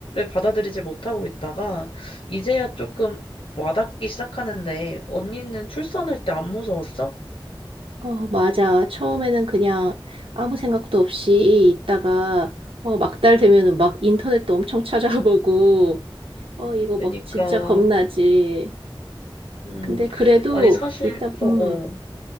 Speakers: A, on the left (about 80°); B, on the right (about 80°).
A: 받아들이지 못하고 있다가, 이제야 조금 와닿기 시작하는데, 언니는 출산할 때 안 무서웠어?
B: 어, 맞아. 처음에는 그냥 아무 생각도 없이 있다가 어, 막달 되면은 막 인터넷도 엄청 <laughs> 찾아보고 어, 이거 막
A: 그러니까,
B: 진짜 겁나지.
A: 음,
B: 근데 그래도
A: 아니, 사실,
B: 있다
A: 어,
B: 음.
A: 어,